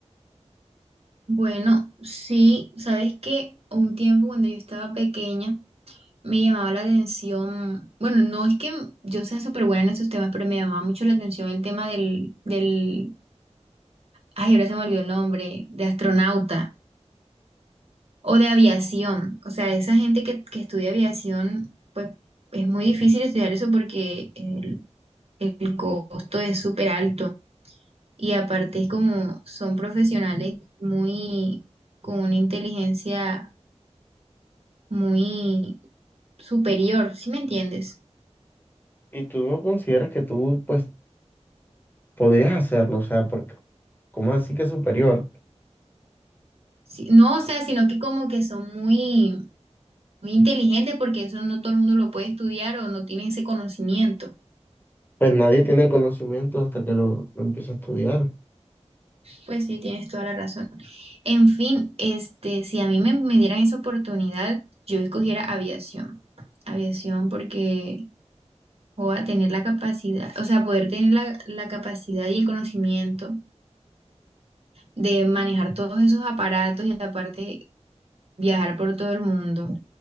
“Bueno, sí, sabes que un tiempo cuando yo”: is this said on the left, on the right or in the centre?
Right